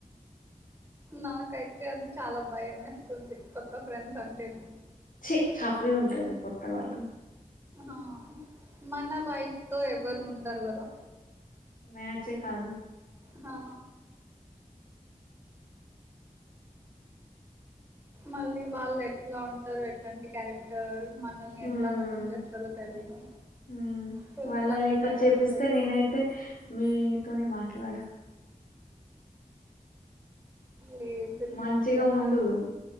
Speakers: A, on the right; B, on the left.
A: నాకైతే అది చాలా భయం వేస్తుంది కొత్త ఫ్రెండ్స్ అంటేనే
B: ఛీ చాపరి ఉంటది కొత్త వాళ్లు
A: ఆ మన వయసు తో ఎవరు ఉండరు కదా
B: మ్యాచ్ కాదు
A: హా మళ్ళీ వాళ్ళు ఎట్లా ఉంటారు ఎట్లాంటి క్యారెక్టర్ మనల్ని
B: మ్మ్
A: ఎట్లా కతం చేస్తారో తెలీదు
B: మ్మ్
A: ఫుల్
B: వాళ్ళ
A: భయం
B: లెక్క
A: భయం
B: చేపిస్తే
A: ఉంటుంది
B: నేనైతే మీతోని మాట్లాడా
A: లేదు నేను
B: మంచిగా
A: అసలా మారను
B: ఉండు